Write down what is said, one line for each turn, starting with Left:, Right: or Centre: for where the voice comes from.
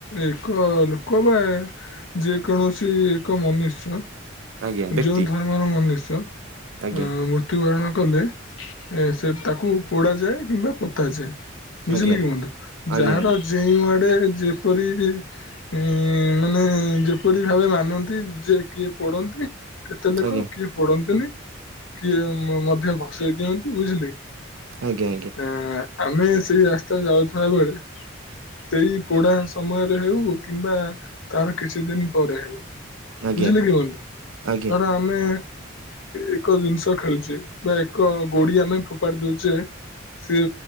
Left: ଏକ ଲୋକ ବା ଯେକୌଣସି ଏକ ମନୁଷ୍ୟ।
Right: ଆଜ୍ଞା ବ୍ୟକ୍ତି
Left: ଯୋଉ ଧର୍ମର ମନୁଷ୍ୟ ଅ
Right: ଆଜ୍ଞା।
Left: ମୃତ୍ୟୁବରଣ କଲେ ଏ ସେ ତାକୁ ପୋଡାଯାଏ କିମ୍ବା ପୁତାଯାଏ। ବୁଝିଲେ
Right: ଆଜ୍ଞା
Left: କି ବନ୍ଧୁ
Right: ଆଜ୍ଞା
Left: ଯାହାର ଯେଉଁ ଗୋଟେ ଯେପରି ଇ ମାନେ ଯେପରି ଭାବେ ମାନନ୍ତି ଯେ କିଏ ପଡନ୍ତି। କେତେ ଲୋକ
Right: ଆଜ୍ଞା
Left: କିଏ ପୋଡନ୍ତିନି କିଏ ମଧ୍ୟ ଭସେଇ ଦିଅନ୍ତି ବୁଝିଲେ।
Right: ଆଜ୍ଞା
Left: ଆ ଆମେ ସେଇ ରାସ୍ତା ଯାଉଥିବା ବେଳେ ସେଇ ପୋଡ଼ା ସମୟରେ ହେଉ କିମ୍ବା ତାର କିଛି ଦିନ ପରେ
Right: ଆଜ୍ଞା
Left: ବୁଝିଲେ କି ବନ୍ଧୁ
Right: ଆଜ୍ଞା
Left: ଧର ଆମେ ଏକ ଜିନିଷ ଖେଳୁଛେ। ବା ଏକ ଗୋଡି ଆମେ ଫୋପାଡି ଦଉଛେ। ସେ